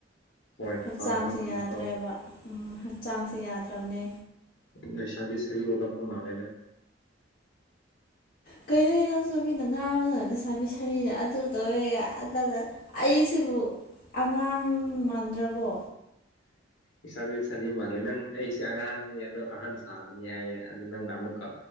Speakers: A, on the left; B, on the left.
A: ꯍꯣꯏ
B: ꯍꯛꯆꯥꯡꯁꯦ
A: ꯍꯣꯏ ꯍꯥꯞꯄꯤꯀꯣ
B: ꯌꯥꯗ꯭ꯔꯦꯕ ꯎꯝ ꯍꯛꯆꯥꯡꯁꯦ ꯌꯥꯗ꯭ꯔꯕꯅꯦ
A: ꯅꯁꯥꯗꯤ ꯁꯔꯤ ꯑꯣꯂꯞ ꯀ ꯃꯥꯅꯦꯅꯦ
B: ꯀꯩꯅꯣꯒꯤ ꯅꯪꯁꯨ ꯃꯤꯅ ꯉꯥ ꯑꯃꯅ ꯂꯩꯁꯥꯕꯤ ꯁꯥꯔꯤꯗ ꯑꯗꯨ ꯇꯧꯔꯦꯒ ꯑꯗꯨꯗ ꯑꯩꯁꯤꯕꯨ ꯑꯉꯥꯡ ꯃꯥꯟꯗ꯭ꯔꯕꯣ
A: ꯏꯁꯥꯕꯤ ꯁꯥꯗꯤ ꯃꯥꯜꯂꯦ ꯅꯪ ꯑꯩꯁꯦ ꯑꯉꯥꯡꯅꯤ ꯑꯗꯣ ꯑꯍꯟ ꯁꯥꯕꯅꯤ ꯍꯥꯏꯌꯦ ꯑꯗꯨ ꯅꯪꯅ ꯑꯃꯨꯛꯀ